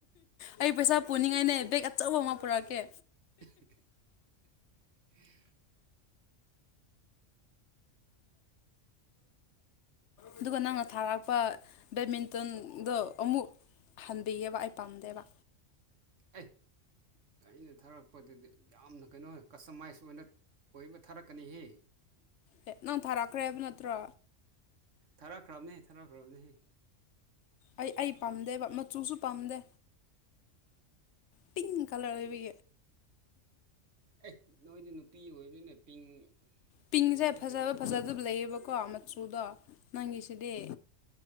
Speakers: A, on the left; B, on the right.
A: ꯑꯩ ꯄꯩꯁꯥ ꯄꯨꯅꯤꯡꯉꯥꯏꯅꯦ ꯕꯦꯛ ꯑꯆꯧꯕ ꯑꯃ ꯄꯨꯔꯛꯑꯀꯦ
B: <unintelligible>
A: ꯑꯗꯨꯒ ꯅꯪꯅ ꯊꯥꯔꯛꯄ ꯕꯦꯠꯃꯤꯟꯇꯟꯗꯣ ꯑꯃꯨꯛ ꯍꯟꯕꯤꯌꯦꯕ ꯑꯩ ꯄꯥꯝꯗꯦꯕ
B: ꯑꯦ ꯑꯩꯅ ꯊꯥꯔꯛꯄꯗꯗꯤ ꯌꯥꯝꯅ ꯀꯩꯅꯣ ꯀꯁꯇꯃꯥꯏꯖ ꯑꯣꯏꯅ ꯑꯣꯏꯃ ꯊꯥꯔꯛꯀꯅꯤꯍꯦ
A: ꯑꯦ ꯅꯪ ꯊꯥꯔꯛꯈ꯭ꯔꯦ ꯍꯥꯏꯕ ꯅꯠꯇ꯭ꯔꯣ
B: ꯊꯥꯔꯛꯈ꯭ꯔꯕꯅꯦꯍ ꯊꯥꯔꯛꯈ꯭ꯔꯕꯅꯦꯍ
A: ꯑꯩ ꯑꯩ ꯄꯥꯝꯗꯦꯕ ꯃꯆꯨꯁꯨ ꯄꯥꯝꯗꯦ ꯀꯤꯡ ꯀꯂꯔꯕꯤ
B: ꯑꯦ ꯅꯣꯏꯗꯤ ꯅꯨꯄꯤ ꯑꯣꯏꯕꯅꯤꯅ ꯄꯤꯡ
A: ꯄꯤꯡꯁꯦ
B: ꯄꯤꯡ ꯅꯠꯇ꯭ꯔꯗꯤ
A: ꯐꯖꯕ ꯐꯖꯗꯕ ꯂꯩꯌꯦꯕꯀꯣ ꯃꯆꯨꯗꯣ ꯅꯪꯒꯤꯁꯤꯗꯤ